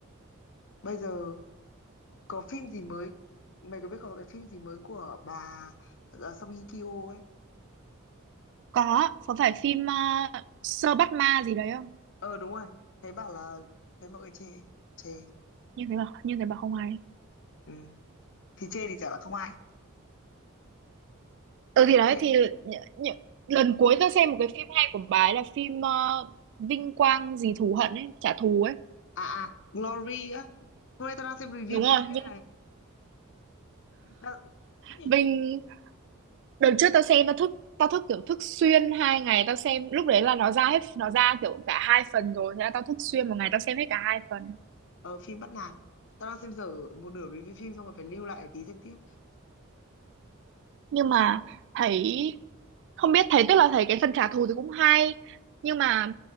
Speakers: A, on the left; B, on the right.
A: bây giờ Có phim gì mới mày có biết có cái phim gì mới của bà ờ, Song Hye Kyo ấy
B: Có, có phải phim ờ, Sơ Bắt Ma gì đấy không?
A: ờ đúng rồi thấy bảo là thấy mọi người chê chê
B: như thế bảo như thế bảo không hay.
A: ừ. thì chê thì chả là không ai
B: Ừ thì đấy
A: thế
B: thì nh, nh, lần cuối tao xem một cái phim hay của bà ấy là phim ờ, Vinh Quang gì thù hận ấy, trả thù ấy.
A: à à Glory á hôm nay tao đang xem review
B: Đúng rồi,
A: phim đấy
B: Vinh
A: này Tao- <clears throat>
B: <laughs> Vinh đợt trước tao xem tao thức tao thức kiểu thức xuyên hai ngày tao xem lúc đấy là nó ra hết nó ra kiểu cả hai phần rồi thế là tao thức xuyên một ngày tao xem hết cả hai phần
A: ở phim bắt nạt tao đang xem dở một nửa review phim xong rồi phải lưu lại tí xem tiếp
B: nhưng mà thấy không biết thấy tức là thấy cái phần trả thù thì cũng hay nhưng mà